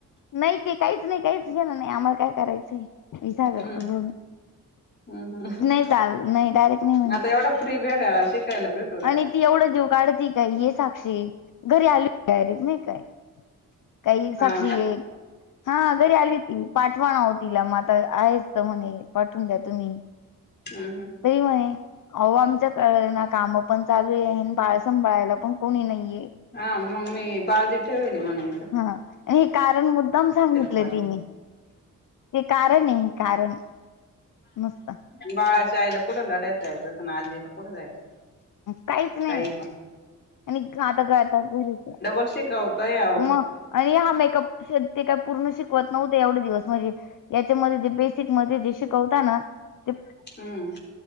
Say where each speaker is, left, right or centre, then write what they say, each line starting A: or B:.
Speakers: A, on the left (about 65°); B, on the left (about 30°).
A: नाही ते काहीच नाही काहीच घेलं नाही आम्हाला काय करायचंय. वीस हजार
B: हम्म
A: रुपय भरून
B: हम्म हम्म
A: नाही चाल नाही डायरेक्ट नाही म्हणत
B: आता एवढा
A: -
B: फ्री बॅगा शिकयला बेट -
A: आणि ती एवढं देऊ काढती काय ये साक्षी घरी आल डायरेक्ट नाही काय - काही साक्षी
B: हा का
A: ये - हा घरी आली ती, पाठवाना हो तिला मग आता आहेच म्हणे पाठवून द्या तुम्ही -
B: हम्म हम.
A: <unintelligible> अहो आमच्या क ना काम पण चालू आहे आहे बाळ सांभाळायला पण कोणी नाहीये.
B: हा मग मी बाजी ठेवली म्हणाय-
A: हा हे कारण मुद्दाम सांगितले
B: कोणी
A: तिने. हे कारण आहे हे कारण. नुसतं
B: बाळाच्या आईला कुठं लढायला जायचं होत ना आजीला कुठं जायचं.
A: काहीच नाही,
B: काही पण
A: आणि आता काय आता घरीच हाय.
B: तू शिकवतय अप -
A: मग आणि हा मेकअप ते काय पूर्ण शिकवत नव्हते एवढे दिवस म्हणजे. याच्यामध्ये जे बेसिक मध्ये जे शिकवता ना? ते
B: हम.